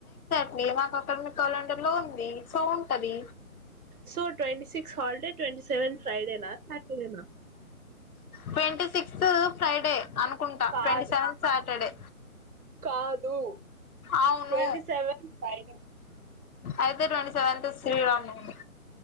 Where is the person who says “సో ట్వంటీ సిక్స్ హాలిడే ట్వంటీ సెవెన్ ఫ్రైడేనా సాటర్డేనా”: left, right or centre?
Right